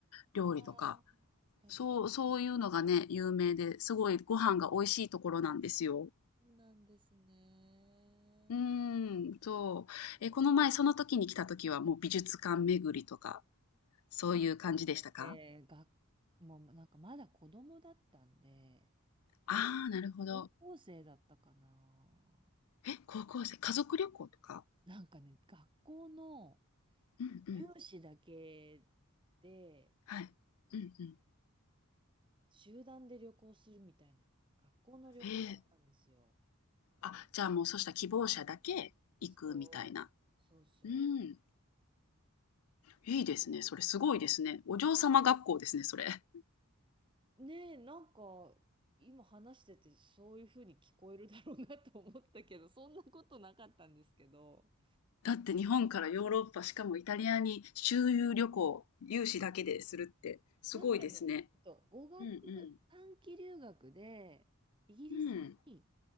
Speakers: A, on the left; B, on the right.
A: 料理とか、
B: ああ、食べ、
A: そう、そういうのがね、有名で、すごいご飯が美味しいところなんですよ。
B: そうなんですね。
A: うーん、そう。え、この前、その時に来た時はもう美術館巡りとか、そういう感じでしたか
B: その時はね、が、もうなんかまだ子供だったんで、
A: ああー、なるほど。
B: 高校生だったかな。
A: え、高校生、家族旅行とか
B: なんかね、学校の
A: うんうん。
B: 有志だけで、
A: はい。
B: なんか
A: うんうん。
B: 集団で旅行するみたいな、学校の旅行だったんですよ。
A: ええあ、じゃあもうそうした希望者だけ行くみたいな。
B: そう、そうそ
A: うん。いいですね。
B: う。
A: それすごいですね。お嬢様学校ですね、それ。
B: ねえ、なんか、今話しててそういうふうに聞こえるだろうなと思ったけど、そんなことなかったんですけど。
A: だって日本からヨーロッパ、しかもイタリアに周遊旅行、有資だけでするってすごいですね。
B: なんかね、えっと語学、
A: うん
B: 短期留学で、イギリスに
A: うん。うん。